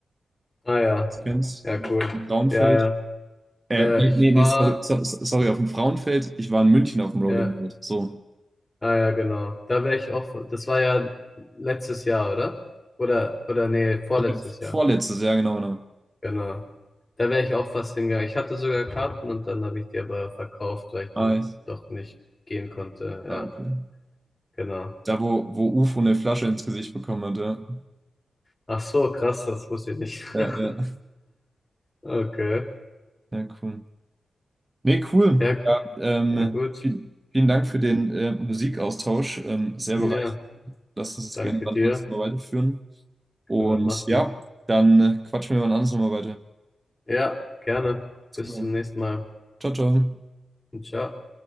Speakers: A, on the left (about 25°); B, on the right (about 30°).
A: Ah ja,
B: das du kennst,
A: ja,
B: im
A: cool.
B: Frauenfeld.
A: Ja, ja.
B: Äh,
A: Äh,
B: nee,
A: ich
B: nee, nee,
A: war,
B: sorry, so, so- sorry, auf dem Frauenfeld. Ich war in München auf dem Rolling
A: ja,
B: Loud. So.
A: ah ja, genau. Da wäre ich auch, das war ja letztes Jahr, oder? Oder, oder nee, vorletztes
B: Ich glaub,
A: Jahr.
B: vorletztes Jahr, genau, genau.
A: Genau. Da wäre ich auch fast hingegangen. Ich hatte sogar Karten und dann habe ich die aber verkauft, weil ich dann
B: Ah, ich,
A: doch nicht gehen konnte.
B: ah, okay.
A: Ja. Genau.
B: Da, wo, wo Ufo eine Flasche ins Gesicht bekommen hat, ja.
A: Ach so, krass, das wusste ich nicht.
B: Ja,
A: <laughs>
B: ja,
A: Okay.
B: ja, cool. Nee, cool.
A: Ja,
B: Ja, ähm,
A: ja, gut.
B: viel, vielen Dank für den äh, Musikaustausch. Ähm, sehr
A: Ja,
B: bereichernd. Lass uns das
A: danke
B: gerne wann
A: dir.
B: anders mal weiterführen. Und
A: Können wir machen.
B: ja, dann äh, quatschen wir wann anders nochmal weiter.
A: Ja, gerne.
B: Super.
A: Bis zum nächsten Mal.
B: Ciao, ciao.
A: Ciao.